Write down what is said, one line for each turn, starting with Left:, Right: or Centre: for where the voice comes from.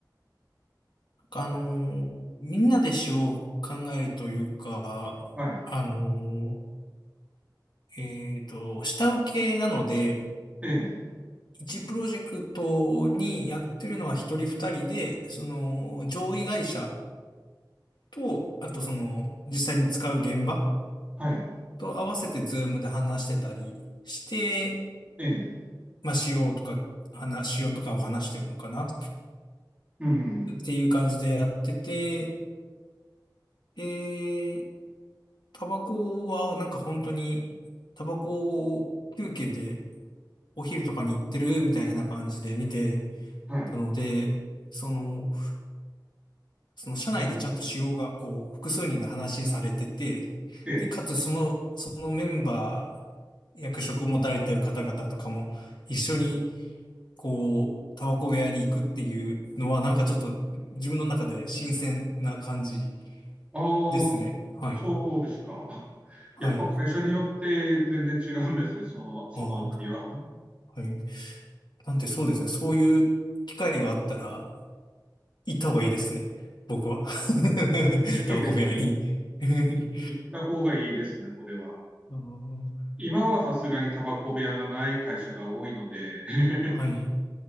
Left: あの、みんなで詩を考えるというか、
Right: はい。はい。
Left: あの、えっと、下請けなので、
Right: ええ。
Left: 一プロジェクトにやってるのは一人二人で、その上位会社と、あとその実際に使う現場
Right: はい。
Left: と合わせてズームで話してたりして、
Right: ええ。
Left: まあ、仕様とか、話、仕様とかを話してるのかな。
Right: うん。
Left: っていう感じでやってて、で、タバコはなんか本当に、タバコを休憩でお昼とかに行ってるみたいな感じで見て
Right: はい。
Left: たので、その、その社内でちゃんと使用がこう複数人が話されてて、
Right: ええ。
Left: で、かつその、そのメンバー、役職を持たれてる方々とかも一緒にこう、タバコ部屋に行くっていうのはなんかちょっと自分の中で新鮮な感じ
Right: ああ、
Left: ですね。はい。
Right: そうですか。
Left: はい。
Right: やっぱ会社によって全然違うんですね、その、そのあたりは。
Left: うん、はい。なんでそうですね。そういう機会があったら、行った方がいいですね。僕は。<laughs>
Right: ぜひぜひ
Left: タバコ部屋に <laughs>
Right: 行った方がいいですね、これは。
Left: あー
Right: 今はさすがにタバコ部屋がない会社が多いので、<laughs>
Left: はい。